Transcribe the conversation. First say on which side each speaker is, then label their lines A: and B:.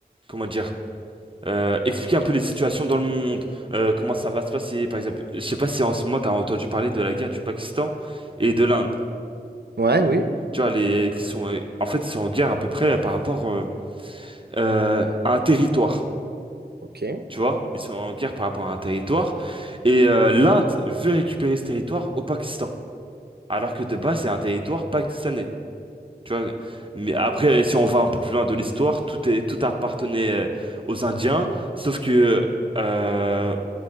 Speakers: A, on the right; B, on the right.
A: comment dire. Euh, expliquer un peu les situations dans le monde, euh, comment ça va se passer, par exemple. Je sais pas si en ce moment t'as entendu parler de la guerre du Pakistan et de l'Inde.
B: Ouais, oui.
A: Tu vois, les qui sont euh, en fait ils sont en guerre à peu près par rapport euh, euh, à un territoire.
B: Ok.
A: Tu vois, ils sont en guerre par rapport à un territoire et euh, l'Inde veut récupérer ce territoire au Pakistan, alors que de base c'est un territoire pakistanais. Tu vois, mais après si on va un peu plus loin de l'histoire, tout est tout appartenait euh, aux Indiens, sauf que euh,